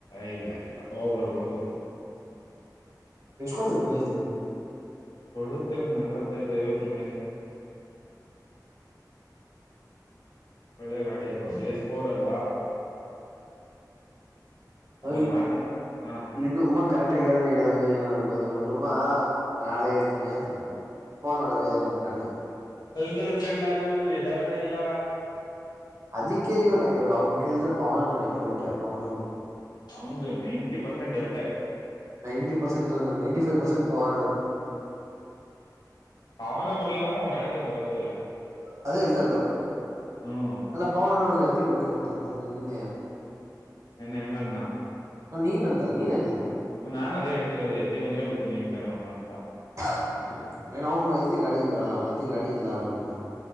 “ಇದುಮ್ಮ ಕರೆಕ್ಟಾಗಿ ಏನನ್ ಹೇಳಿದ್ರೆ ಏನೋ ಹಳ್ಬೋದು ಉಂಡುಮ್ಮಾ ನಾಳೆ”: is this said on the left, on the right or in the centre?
Right